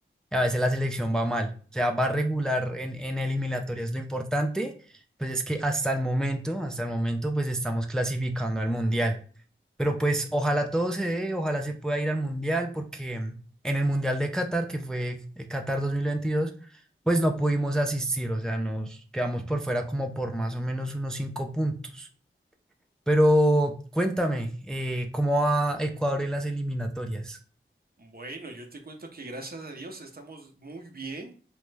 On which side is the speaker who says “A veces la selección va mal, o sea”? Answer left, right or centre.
Centre